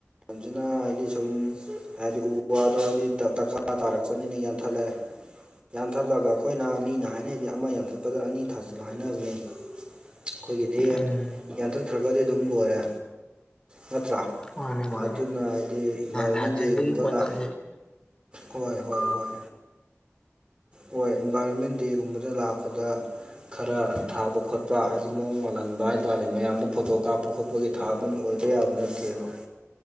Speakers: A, on the right (about 20°); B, on the left (about 20°).
A: ꯃꯁꯤꯅ ꯍꯥꯏꯗꯤ ꯁꯨꯝ ꯍꯥꯏꯗꯤ ꯎ ꯋꯥꯗꯣ ꯍꯥꯏꯗꯤ ꯗꯔꯀꯥꯔ ꯇꯥꯔꯛꯄꯅꯤꯅ ꯌꯥꯟꯊꯠꯂꯦ ꯌꯥꯟꯊꯠꯂꯒ ꯑꯩꯈꯣꯏꯅ ꯃꯤꯅ ꯍꯥꯏꯅꯔꯤꯗꯤ ꯑꯃ ꯌꯥꯟꯊꯠꯄꯗ ꯑꯅꯤ ꯊꯥꯖꯤꯜꯂ ꯍꯥꯏꯅꯕꯅꯦ ꯑꯩꯈꯣꯏꯒꯤꯗꯤ
B: ꯎꯝ
A: ꯌꯥꯟꯊꯠꯈ꯭ꯔꯒꯗꯤ ꯑꯗꯨꯝ ꯂꯣꯏꯔꯦ ꯅꯠꯇ꯭ꯔꯥ
B: ꯃꯥꯅꯦ ꯃꯥꯅꯦ
A: ꯑꯗꯨꯅ ꯍꯥꯏꯗꯤ ꯏꯟꯚꯥꯏꯔꯣꯟꯃꯦꯟ
B: ꯊꯥꯖꯤꯟꯕꯒꯤ
A: ꯗꯦ ꯒꯨꯝꯕ
B: ꯄꯣꯠ
A: ꯂꯥꯛ
B: ꯆꯩ
A: ꯍꯣꯏ ꯍꯣꯏ ꯍꯣꯏ ꯍꯣꯏ ꯏꯟꯚꯥꯏꯔꯣꯟꯃꯦꯟ ꯗꯦꯒꯨꯝꯕꯗ ꯂꯥꯛꯄꯗ ꯈꯔ ꯊꯥꯕ ꯈꯣꯠꯄ ꯄꯥ ꯍꯥꯏꯁꯦ ꯃꯑꯣꯡ ꯉꯥꯜꯍꯟꯕ ꯍꯥꯏꯇꯥꯔꯦ ꯃꯌꯥꯝꯗ ꯐꯣꯇꯣ ꯀꯥꯞꯄ ꯈꯣꯠꯄꯒꯤ ꯊꯥꯗꯨꯏ ꯃꯤ ꯑꯣꯏꯕ ꯌꯥꯕ ꯅꯠꯇꯦꯕ <inaudible>